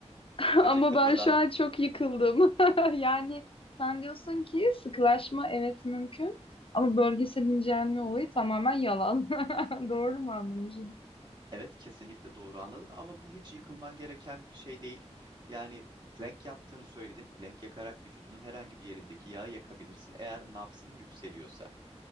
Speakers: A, on the left; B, on the right.
A: <laughs>
B: Öncelikle
A: Ama ben
B: burada
A: şu an çok yıkıldım. <laughs> Yani sen diyorsun ki sıkılaşma evet mümkün ama bölgesel incelme olayı tamamen yalan. <laughs> Doğru mu anlamışım?
B: Evet kesinlikle doğru anladın ama bu hiç yıkılman gereken bir şey değil. Yani plank yaptığını söyledim. Plank yakarak vücudunun herhangi bir yerindeki yağı yakabilirsin eğer nabzın yükseliyorsa.